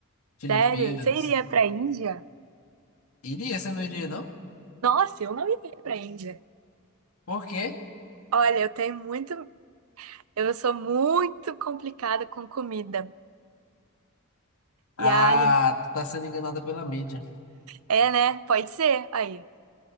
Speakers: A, on the left; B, on the right.
A: Filipinas.
B: Sério? Você iria pra Índia?
A: Iria, você não iria, não?
B: Nossa, eu não iria pra Índia.
A: porque
B: Olha, eu tenho muito. Eu sou muito complicada com comida.
A: Ah,
B: E a. ali
A: tu tá sendo enganada pela mídia.
B: É, né? Pode ser. Aí.